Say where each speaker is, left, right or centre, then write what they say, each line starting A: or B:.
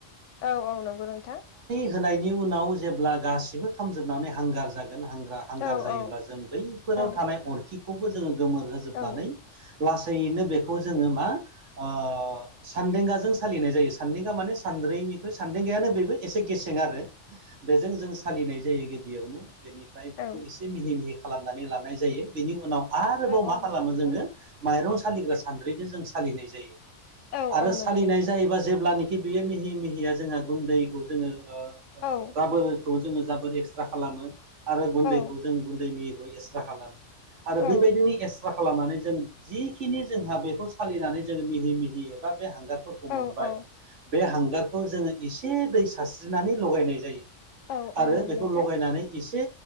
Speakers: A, on the left (about 75°); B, on the right (about 70°).
A: औ औ नंगौ नोंथां ।
B: होनायनि उनाव जेब्ला गासिबो खामजोबनानै हांगार जागोन हांग्रा हांगार
A: औ
B: जायोब्ला
A: औ
B: जों बैफोराव
A: औ
B: थानाय अरखिखौबो जोङो गोमोर होजोबनानै
A: औ
B: लासैनो बेखौ जोङो मा ओ सानदेंगाजों सालिनाय जायो सानदेंगा माने सा द्रैनिफ्राय सान्देंगायानो बेबो एसे गेसें आरो बेजों जों सालिनाय जायो गिबियावनो । बेनिफ्राय बेखौ
A: औ
B: एसे मिहि मिहि खालामनानै लानाय जायो। बेनि उनाव आरोबाव
A: औ औ
B: मा
A: नंगौ
B: खालामो
A: नोंथां
B: जोङो माइरं सालिग्रा सानद्रिजों जों सालिनाय जायो ।
A: औ
B: आरो
A: औ नंगौ
B: सालिनाय
A: नोंथां
B: जायोबा जेब्लाने बेयो मिहि मिहिया जोंहा गुन्दैखौ जोङो ओ
A: औ
B: जाबोर खौ जाबोर एक्सट्रा खालामो आरो गुैनदैखौ
A: औ
B: जों गुन्दै मिहि एसट्रा खालामो आरो
A: औ
B: बेबायदिनो एस ट्रा खालामनानै जों जिखिनि जोंहा बेखौ सालिनानै जोङो मिहि मिहि एबा बे हांगारफोरखौ मोनबाय
A: औ औ
B: बे हांगारखौ जोङो एसे दै सारस्रिनानै लगायनाय जायो ।
A: औ औ
B: आरो
A: नंगौ
B: बेखौ
A: नोंथां
B: लगायनानै एसे